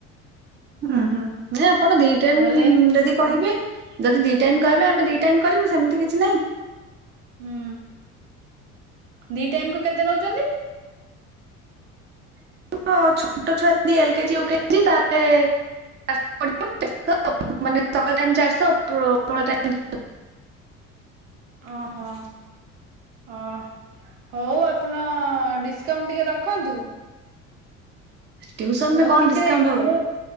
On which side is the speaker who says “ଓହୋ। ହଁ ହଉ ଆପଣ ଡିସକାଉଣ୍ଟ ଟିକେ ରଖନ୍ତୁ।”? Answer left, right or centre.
Right